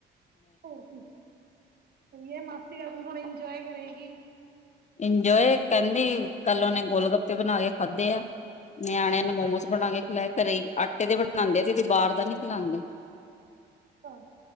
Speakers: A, on the right; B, on the left.
A: ਹੋਰ ਕੀ ਹੈ ਮਾਸੀ ਆਗੀ ਹੋਣੀ ਇੰਜੋਏ ਕਰੇਗੀ।
B: ਇੰਜੋਏ ਕਹਿੰਦੀ ਕੱਲ ਉਹਨੇ ਗੋਲ -ਗੱਪੇ ਬਣਾ ਕੇ ਖਾਧੇ ਆ ਨਿਆਣਿਆਂ ਨੂੰ ਮੋਮੋਸ ਬਣਾ ਕੇ ਖਿਲਾਏ ਘਰੇ ਆਟੇ ਦੇ ਬਣਾਉਂਦੇ ਆਦੇ ਹਾਂ ਅਸੀਂ ਬਾਹਰ ਦਾ ਨੀ ਖਿਲਾਉਂਦੇ
A: ਹਾਂ